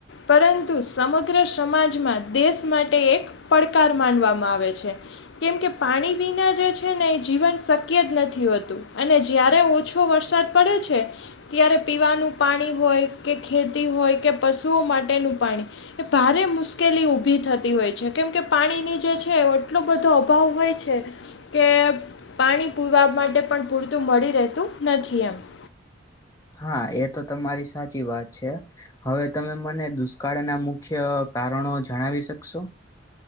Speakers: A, on the left (about 60°); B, on the left (about 15°).
A: પરંતુ સમગ્ર સમાજમાં દેશ માટે એક. પડકાર માનવામાં આવે છે કેમ કે પાણી વિના જે છે ને એ જીવન શક્. શક્ય જ નથી હોતું અને જ્યારે ઓછો વરસાદ પડ્યો છે. ત્યારે પીવાનું પાણી હોય કે ખેતી હોય કે પશુઓ માટેનું પાણી. એ ભારે મુશ્કેલી ઉઊભી થતી હોય છે કેમ કે પાણીની જે છે આટલો બધો અભાવ હોય છે. કે પાણી પુવા માટે પણ પૂરતું મળી રહેતું નથી એમ.
B: હા એતો તમારી સાચી વાત છે. હવે તમે મને દુષ્કાળ ના મુખ્ય કારણો જણાવી શકશો.